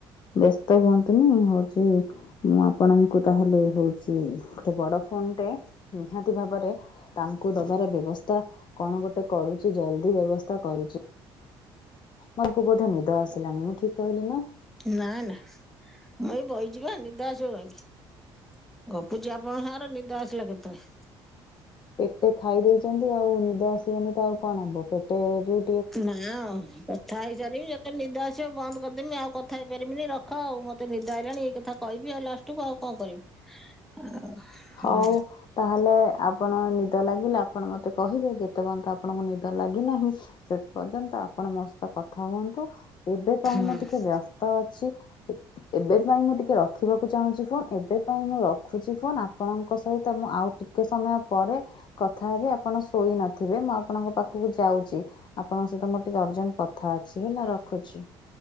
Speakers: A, on the left (about 45°); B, in the centre.
A: ବ୍ୟସ୍ତ ହୁଅନ୍ତୁନି ହଉଛି। ମୁଁ ଆପଣଙ୍କୁ ତାହଲେ ହଉଚି ଗୋଟେ ବଡ ଫୋନ ଟେ ନିହାତି ଭାବରେ। ତାଙ୍କୁ ଦବାରେ ବ୍ୟବସ୍ଥା କଣ ଗୋଟେ କରୁଛି ଜଲ୍ଦି ବ୍ୟବସ୍ଥା କରୁଛି। ତାଙ୍କୁ ବୋଧ ନିଦ ଆସିଲାଣି ମୁଁ ଠିକ୍‌ କହିଲି ନାଁ।
B: ନାଁ ନାଁ ମୁଇ ଏ ବଇଯି ବା ନିଦ ଆସିବ କାହିଁକି। ଗପୁଛି ଆପଣଙ୍କ ସାଙ୍ଗରେ ନିଦ ଆସିଲା କେତେଳେ।
A: ପେଟେ ଖାଇ ଦେଇେଛନ୍ତି ଆଉ, ନିଦ ଆସିବନି ତ ଆଉ କଣ ହବ ପେଟେ ଯୋଉ
B: ନା କଥା ହେଇସାରିବି। ତେ ନିଦ ଆସିବ ବନ୍ଦ କରିଦେମି ଆଉ କଥା ହେଇପାରିବିନି ରଖ ଆଉ ମତେ ନିଦ ହେଇଲାଣି ଏଇ କଥା କହିବି ଆଉ ଲାଷ୍ଟ କୁ। ଠୁ କଣ କରିବି ଆଉ। ହୁଁ
A: ହୋଉ। ତାହେଲେ ଆପଣ ନିଦ ଲାଗିଲେ ଆପଣ ମତେ କହିବେ ଯେତେ ପର୍ଯ୍ୟନ୍ତ ଆପଣଙ୍କୁ ନିଦ ଲାଗିନାହିଁ। ସେ ପର୍ଯ୍ୟନ୍ତ ଆପଣ ମୋ ସହିତ କଥା ହୁଅନ୍ତୁ ଏବେ ପାଇଁ
B: ହୁଁ
A: ମୁଁ ଟିକେ ବ୍ୟସ୍ତ ତ ଅଛି ଏବେ ପାଇଁ ମୁଁ ଟିକେ ରଖିବାକୁ ଚାହୁଁଛି ଫୋନ ଏବେ ପାଇଁ ମୁଁ ରଖୁଛି ଫୋନ। ଆପଣଙ୍କ ସହିତ ମୁଁ ଆଉ ଟିକେ ସମୟ ପରେ କଥା ହେବି ଆପଣ ଶୋଇ ନଥିବେ ମୁଁ ଆପଣଙ୍କ ପାଖକୁ ଯାଉଛି। ଆପଣଙ୍କ ସହିତ ମୋର ଟିକେ ଅର୍ଜେଣ୍ଟ କଥା ଅଛି ହେଲା ରଖୁଛି।